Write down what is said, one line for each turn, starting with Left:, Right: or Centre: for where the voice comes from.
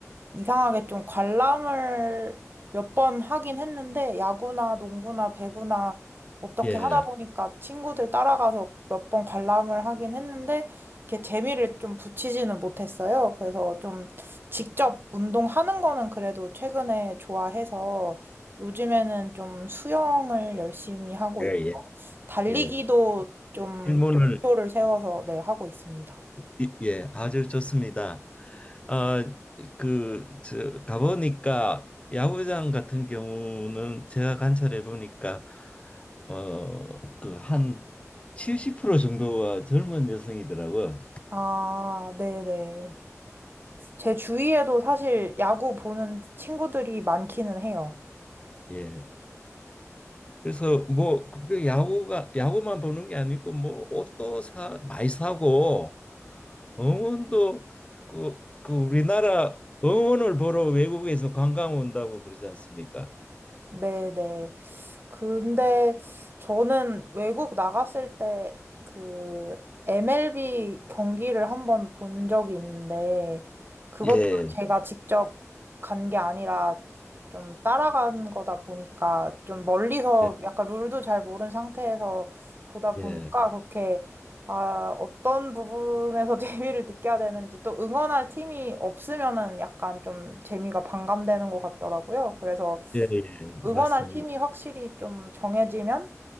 Right: 이상하게 좀 관람을 몇 번 하긴 했는데, 야구나 농구나 배구나 어떻게
Left: 예.
Right: 하다 보니까 친구들 따라가서 몇 번 관람을 하긴 했는데, 이렇게 재미를 좀 붙이지는 못했어요. 그래서 좀 직접 운동하는 거는 그래도 최근에 좋아해서 요즘에는 좀 수영을 열심히 하고
Left: 예,
Right: 있고,
Left: 예,
Right: 달리기도
Left: 예.
Right: 좀
Left: 질문을
Right: 목표를 세워서 네, 하고 있습니다.
Left: 이- 예, 아주 좋습니다. 아, 그, 저, 가보니까 야구장 같은 경우는 제가 관찰해 보니까 어, 그 한 70% 정도가 젊은 여성이더라고요.
Right: 아, 네네. 제 주위에도 사실 야구 보는 친구들이 많기는 해요.
Left: 예. 그래서 뭐 그 야구가 야구만 보는 게 아니고 뭐 옷도 사 많이 사고 응원도 그, 그 우리나라 응원을 보러 외국에서 관광 온다고 그러지 않습니까?
Right: 네네. 근데 저는 외국 나갔을 때 그 MLB 경기를 한번 본 적이 있는데 그것도
Left: 예.
Right: 제가 직접 간 게 아니라 좀 따라간 거다 보니까 좀 멀리서
Left: 예.
Right: 약간 룰도 잘 모르는 상태에서 보다 보니까
Left: 예.
Right: 그렇게 아, 어떤 부분에서 <laughs> 재미를 느껴야 되는지 또 응원할 팀이 없으면은 약간 좀 재미가 반감되는 것 같더라고요. 그래서
Left: 예, 예,
Right: 응원할
Left: 맞습니다.
Right: 팀이 확실히 좀 정해지면